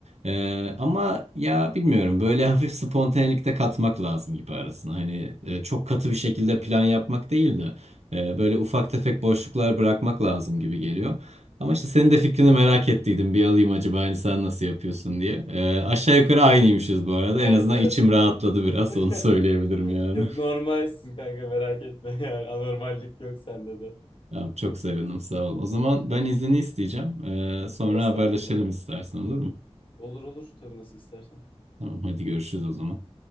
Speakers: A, on the right; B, on the left.
A: E, ama ya bilmiyorum böyle <laughs> hafif spontanelik de katmak lazım gibi arasına. Hani e, çok katı bir şekilde plan yapmak değil de e, böyle ufak tefek boşluklar bırakmak lazım gibi geliyor. Ama işte senin de fikrini merak ettiydim. Bir alayım acaba hani sen nasıl yapıyorsun diye. E, aşağı yukarı aynıymışız bu arada.
B: Evet
A: En azından
B: evet.
A: içim rahatladı biraz
B: <laughs>
A: onu söyleyebilirim yani.
B: Yok normalsin
A: <laughs>
B: kanka merak etme <laughs> yani anormallik yok sende de.
A: Tamam, çok sevindim sağ ol. O zaman ben izni isteyeceğim. E, sonra
B: <laughs> Estağfurullah.
A: haberleşelim istersen olur mu?
B: Olur olur tabii nasıl istersen.
A: Tamam hadi görüşürüz o zaman.